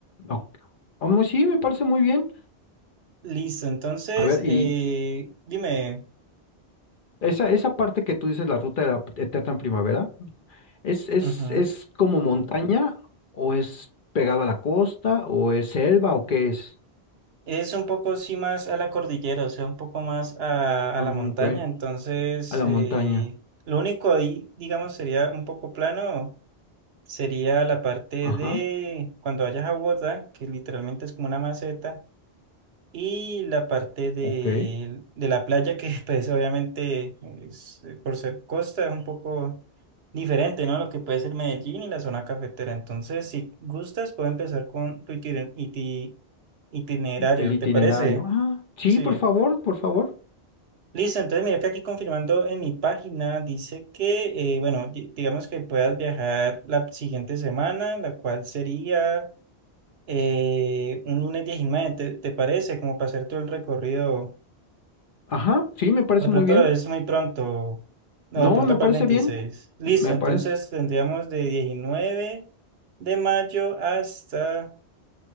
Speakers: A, on the left (about 55°); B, on the right (about 70°).
A: Ok. Oh, mu- sí, me parece muy bien.
B: Listo, entonces,
A: A ver,
B: eh,
A: y
B: dime,
A: esa, esa parte que tú dices, la ruta de la eterna primavera, ¿es, es,
B: ujú,
A: es como montaña o es pegada a la costa o es selva o qué es?
B: Es un poco sí más a la cordillera, o sea, un poco más a,
A: Ah,
B: a la montaña,
A: ok.
B: entonces,
A: A la
B: eh,
A: montaña.
B: lo único ahí, digamos, sería un poco plano, sería la parte
A: Ajá,
B: de cuando vayas a Bogotá, que literalmente es como una maceta. Y la parte de,
A: ok.
B: de la playa, que <laughs> pues obviamente es, eh, por ser costa es un poco diferente, ¿no? Lo que puede ser Medellín y la zona cafetera. Entonces, si gustas, puedo empezar con tu itine- iti- itinerario,
A: Y El itinerario.
B: ¿te parece?
A: Ah, sí,
B: Sí.
A: por favor, por favor.
B: Listo, entonces mira que aquí confirmando en mi página dice que, eh, bueno, di- digamos que puedas viajar la siguiente semana, la cual sería eh, un lunes 19, ¿te, te parece? Como para hacer todo el recorrido.
A: Ajá, sí, me parece
B: De pronto
A: muy bien.
B: lo ves muy pronto. No,
A: No,
B: de pronto
A: me
B: para
A: parece
B: el veintiséis
A: bien.
B: Listo,
A: Me
B: entonces
A: parece
B: tendríamos de 19 de mayo hasta,